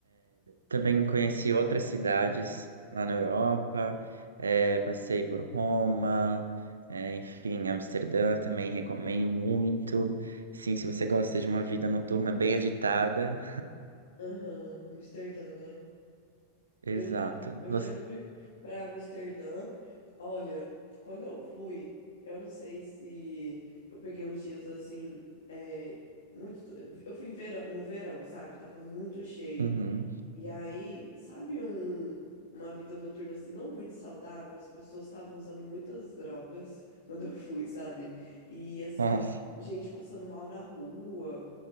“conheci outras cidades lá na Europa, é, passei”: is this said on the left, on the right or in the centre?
Right